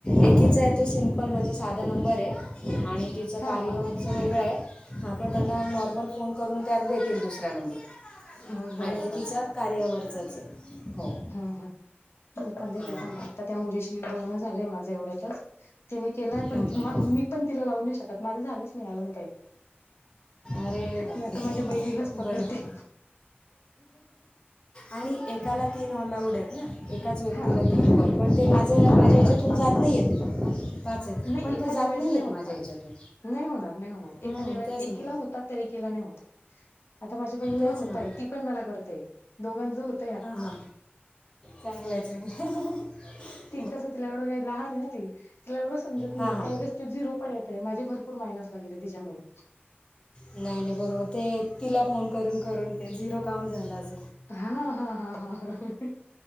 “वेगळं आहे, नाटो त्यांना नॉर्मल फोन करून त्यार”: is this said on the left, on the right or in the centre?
Left